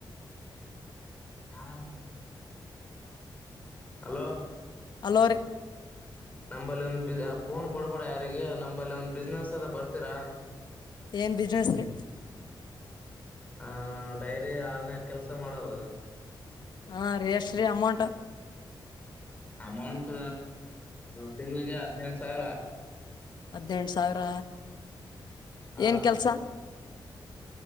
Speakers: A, on the left; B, on the left.
A: ಹಾ ಹಲೋ
B: ಹೆಲೋ ರಿ
A: ನಂಬಲ್ಲಿ ಒಂದ್ ಫೋನ್ ಕೊಡ್ಬೇಡ ಯಾರಿಗೆ ನಂಬಲ್ಲಿ ಒಂದ ಬಿಸ್ನೆಸ್ ಅದ ಬರ್ತೀರಾ
B: ಏನ್ ಬಿಸ್ನೆಸ್ ರೀ
A: <unintelligible> ಹ ಡೈರಿ ಆ ಕೆಲ್ಸ ಮಾಡೋದು
B: ಹಾ ಇಸ್ತ್ರಿ ಅಮೌಂಟ್
A: ಅಮೌಂಟ್ ತಿಂಗಳಿಗೆ ಹದ್ನೆಂಟು ಸಾವಿರ
B: ಹದ್ನೆಂಟು ಸಾವಿರ
A: ಹ
B: ಏನ್ ಕೆಲ್ಸ